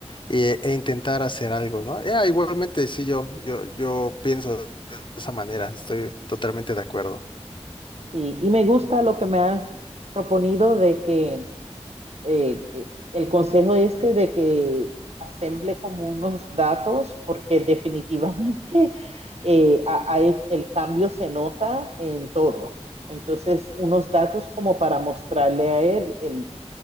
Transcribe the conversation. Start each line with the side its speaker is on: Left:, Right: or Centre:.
Left: e, e intentar hacer algo, ¿no? Ya, igualmente, sí, yo, yo, yo pienso de esa manera, estoy totalmente de acuerdo.
Right: Y, y me gusta lo que me has proponido de que eh, eh, el consejo este de que asemble como unos datos, porque definitivamente <laughs> eh, a, a el cambio se nota en todo. Entonces, unos datos como para mostrarle a él el